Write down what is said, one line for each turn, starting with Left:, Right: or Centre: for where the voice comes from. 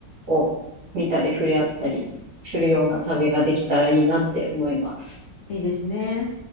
Right: を見たり触れ合ったりするような旅ができたらいいなって思います。
Left: いいですね。